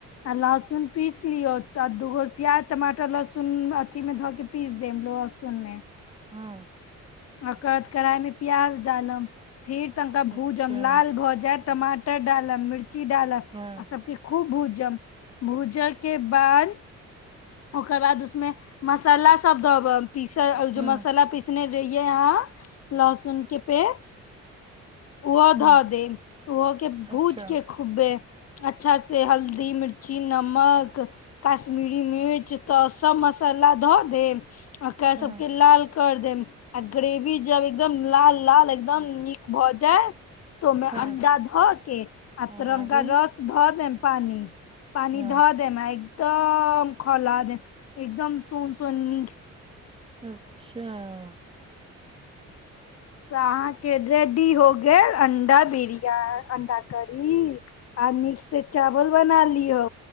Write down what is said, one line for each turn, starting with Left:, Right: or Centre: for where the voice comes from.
Left: आ लहसुन पीस लियोाद दूगो प्याज टमाटर लहसुन अथी मे धऽ के पीस देब लहसुन मे
Right: हँ
Left: अकद कढ़ाई मे प्याज डालम फेर तनिका भूज
Right: अच्छा
Left: हम लाल भऽ जायइत टमाटर डालल मिर्चा ी डाल आ
Right: हँ
Left: सबके खू भूजम भूजा के बाद ओकर बाद उसमे मसाला सब धोब पीस जो
Right: हँ
Left: मसाला पीसने रहिय यहा लहसुन के पेस् उह धा
Right: हँ
Left: दे ओहो के
Right: अच्छा
Left: भूज के खुबे अच्छा से हल्दी मिर्ची नमक कश्मीरी मिर्च तऽ सब मसाला धऽ देब आक
Right: हँ
Left: सबके लाल कर देम आ ग्रेवी जब एकदम लाल लाल एकदम नीक भऽ जायत तो में अंडा
Right: हँ
Left: धो के आ
Right: आगे
Left: तरंग का रस धो देम पानि पानी
Right: हँ
Left: धऽ देमे एक ताम खोला द एकदम सुन सन्नी
Right: अच्छा ह
Left: तऽ अहाँके रेडी हो गेल अंडा बिरिया अंडा करी आ नीक से चावल बना लियौ